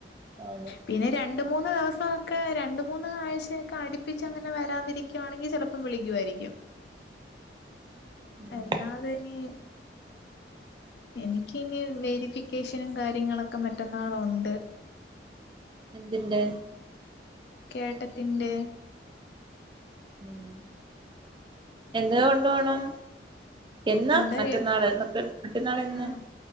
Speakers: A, on the right; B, on the left.
A: ആതെ
B: പിന്നെ രണ്ടുമൂന്ന് ദിവസൊക്കെ രണ്ടുമൂന്ന് ആഴ്ചയൊക്കെ അടുപ്പിച്ചങ്ങനെ വരാതിരി ക്കുവാണെങ്കി ചിലപ്പം വിളിക്കുവാരിക്കും
A: ഉം
B: അല്ലാതിനി എനിക്ക് ഇനി വെരിഫിക്കേഷനും കാര്യങ്ങളൊക്കെ മറ്റന്നാളെ ഉണ്ട്.
A: എന്തിന്റെ?
B: കേട്ടറ്റിന്റെ.
A: ഉം എന്തോക്കെ കൊണ്ട് പോണം? എന്നാ
B: എന്താ
A: മറ്റന്നാളെ
B: കേ
A: മറ്റ മറ്റന്നാളെന്ന്.
B: ആഹ്